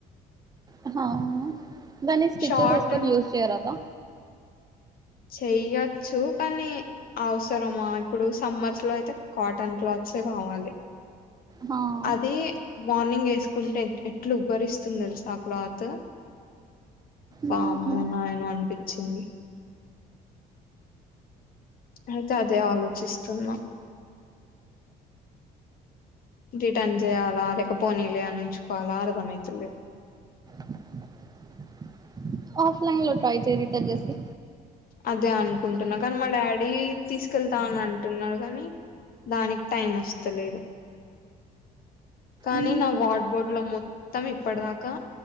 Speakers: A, on the right; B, on the left.
A: ఆహా ఆ దాన్ని స్టిచెస్
B: షార్ట్
A: వేసుకొని యూజ్ చేయరాదా
B: చెయొచ్చు కానీ అవసరమా ఇప్పుడు సమ్మర్స్ లో అయితే కాటన్ క్లాత్ సే కావాలే
A: హాఁ
B: అది మార్నింగ్ యెసుకుంటే ఎట్ ఎట్లు ఉబ్బరిస్తుంది తెలుసా క్లాత్
A: ఉహు
B: వామ్మో నాయనో అనిపించింది. అయితే అదే ఆలోచిస్తున్నా రిటర్న్ చేయాలా లేకపోనీ లే అని ఉంచుకోవాలా అర్థమయితలేదు.
A: <inaudible> ఆఫ్ లైన్ లో ట్రై చేయి రిటర్న్ చేసి
B: అదే అనుకుంటున్నా కానీ మా డాడీ తీసుకెళ్తా అని అంటున్నాడు కనీ దానికి టైం వస్తలేదు. కానీ
A: ఉహు
B: నా వార్డ్బోర్డు లో మొత్తం ఇప్పట్దాకా